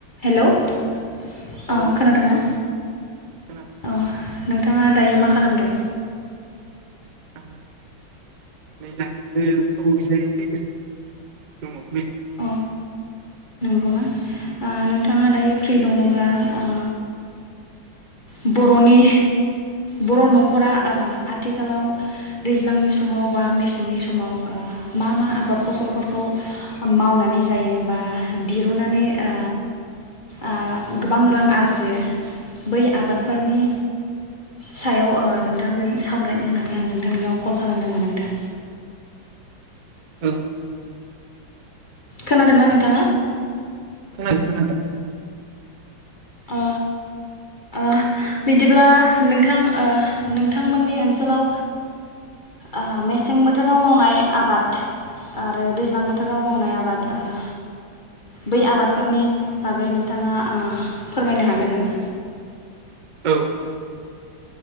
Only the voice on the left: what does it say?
हेल' अ
खोनादोंना
अ नोंथाङा दायो मा खालामदों
अ नंगौना ओ नोंथाङा दायो फ्रि दङ अब्ला ओ बर'नि बर' न'खरा आ आथिखालाव दैज्लांनि समाव बा मेसेंनि समाव अ मा मा आबाद फसलफोरखौ मावनानै जायो बा दिरुनानै आ आह गोबां रां आरजियो बै आबादफोरनि सायाव ओ नोंथांजों सावरायनो होननानै आं नोंथांनियाव कल खालामदोंमोन नोंथां
खोनादोंना नोंथाङा
ओ ओ बिदिब्ला नोंथां ओ नोंथांमोननि ओनसोलाव आ मेसें बोथोराव मावनाय आबाद आरो दैज्लां बोथोराव मावनाय आबाद ओह बै आबादफोरनि बागै नोंथाङा ओह फोरमायनो हागोन नामा